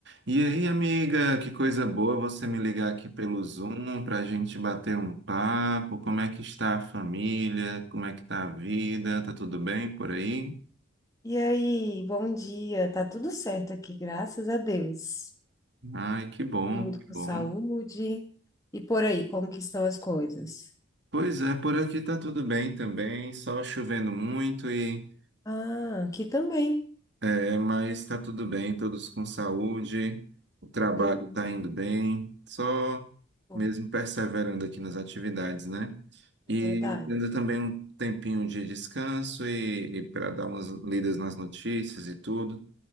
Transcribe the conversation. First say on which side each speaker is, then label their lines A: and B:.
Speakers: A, on the right (about 55°); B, on the left (about 15°).
A: E aí, amiga, que coisa boa você me ligar aqui pelo Zoom para a gente bater um papo. Como é que está a família? Como é que está a vida? Tá tudo bem por aí?
B: E aí, bom dia. Tá tudo certo aqui, graças a Deus.
A: Ai, que bom,
B: Mundo
A: que
B: com
A: bom.
B: saúde. E por aí, como que estão as coisas?
A: Pois é, por aqui tá tudo bem também, só chovendo muito e
B: Ah, aqui também.
A: É, mas está tudo bem, todos com saúde, o trabalho
B: Uhum.
A: está indo bem, só
B: Bom,
A: mesmo perseverando aqui nas atividades, né?
B: É
A: E
B: verdade.
A: tendo também um tempinho de descanso e, para dar umas lidas nas notícias e tudo.